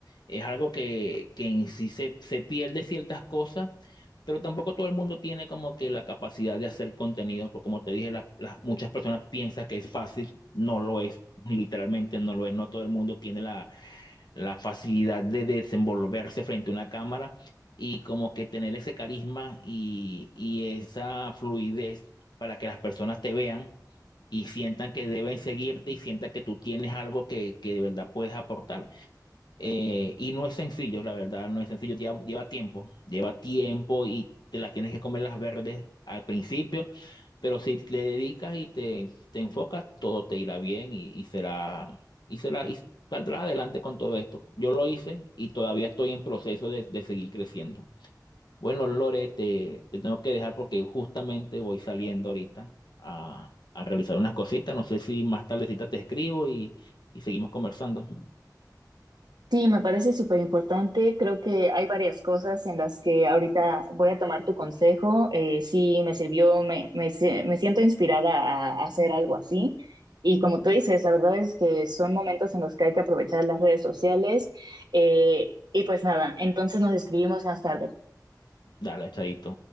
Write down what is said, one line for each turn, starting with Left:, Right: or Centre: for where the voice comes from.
Left: Es algo que, que en sí se, se pierde ciertas cosas, pero tampoco todo el mundo tiene como que la capacidad de hacer contenidos, porque como te dije, la- las- muchas personas piensan que es fácil, no lo es, <laughs> literalmente no lo es, no todo el mundo tiene la la facilidad de desenvolverse frente a una cámara y como que tener ese carisma y, y esa fluidez para que las personas te vean y sientan que deben seguirte y sientan que tú tienes algo que, que de verdad puedes aportar. Eh, y no es sencillo, la verdad, no es sencillo, lleva, lleva tiempo, lleva tiempo y te las tienes que comer las verdes al principio, pero si le dedicas y te, te enfocas, todo te irá bien y, y será, y será, y saldrás adelante con todo esto. Yo lo hice y todavía estoy en proceso de, de seguir creciendo. Bueno, Lore, te, te tengo que dejar porque justamente voy saliendo ahorita a, a realizar unas cositas. No sé si más tardecita te escribo y, y seguimos conversando.
Right: Sí, me parece súper importante. Creo que hay varias cosas en las que ahorita voy a tomar tu consejo. Eh, sí, me sirvió, me, me, sie- me siento inspirada a hacer algo así. Y como tú dices, la verdad es que son momentos en los que hay que aprovechar las redes sociales. Eh, y pues nada, entonces nos escribimos más tarde.
Left: Dale, chaito.